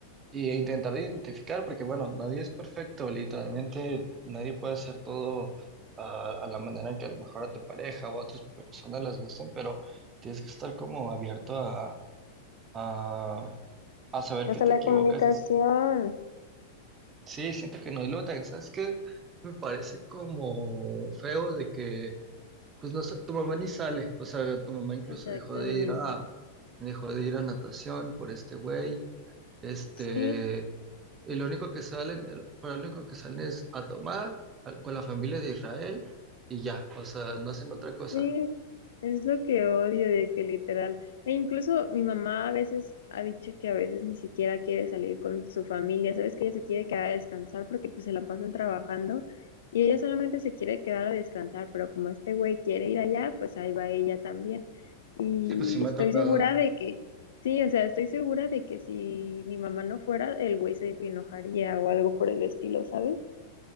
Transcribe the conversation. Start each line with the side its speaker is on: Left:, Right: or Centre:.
Right: Y intentar identificar, porque bueno, nadie es perfecto, literalmente nadie puede hacer todo ah, a la manera que a lo mejor a tu pareja o a otras personas les gusten, pero tienes que estar como abierto a, a, a saber
Left: Hasta
Right: que te
Left: la
Right: equivocas.
Left: comunicación.
Right: Dices, sí, siento que no, y luego también, ¿sabes qué? Me parece como feo de que, pues no sé, tu mamá ni sale, o sea, tu mamá incluso
Left: Exactamente.
Right: dejó de ir a, dejó de ir a natación por este güey, este...
Left: Sí,
Right: Y lo único que salen, el- para lo único que salen es a tomar al- con la familia de Israel y ya, o sea, no hacen otra cosa.
Left: sí, es lo que odio de que literal, e incluso mi mamá a veces ha dicho que a veces ni siquiera quiere salir con su familia, sabes que ella se quiere quedar a descansar porque pues se la pasan trabajando y ella solamente se quiere quedar a descansar, pero como este güey quiere ir allá, pues ahí va ella también. Y
Right: Sí, pues sí me
Left: estoy
Right: ha tocado,
Left: segura de que, sí, o sea, estoy segura de que si mi mamá no fuera, el güey se enojaría o algo por el estilo, ¿sabes?